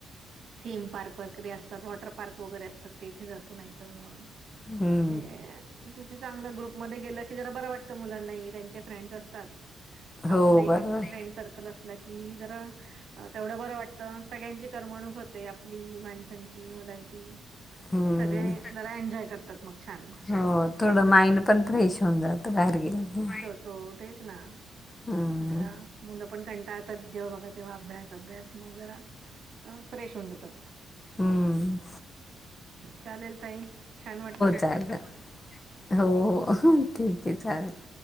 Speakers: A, on the right (about 60°); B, on the left (about 25°).
A: थीम पार्क वगैरे असतात वॉटर पार्क वगैरे असतात ते इथे जातो नाही तर मग
B: हम्म.
A: ए तिथे चांगलं ग्रुप मध्ये गेलं की जरा बरं वाटतं मुलांना त्यांचे फ्रेंड्स असतात.
B: हो
A: आपलंही
B: बरोबर.
A: फ्रेंड सर्कल असलं की जरा तेवढं बरं वाटतं सगळ्यांची करमणूक होते आपली, माणसांची, मुलांची
B: हम्म.
A: सगळे जरा एन्जॉय करतात मग. छान
B: हो थोडं माइंड पण फ्रेश होऊन जात बाहेर गेलं की.
A: तो तेच ना.
B: हम्म
A: जरा मुलं पण कंटाळतात जेव्हा बघा तेव्हा अभ्यास अभ्यास मग जरा अ फ्रेश होऊन जातात,
B: हम्म
A: चालेल ताई छान वाट
B: टम्प आहे हो हो ठीक आहे
A: थँक्यू
B: चालेल.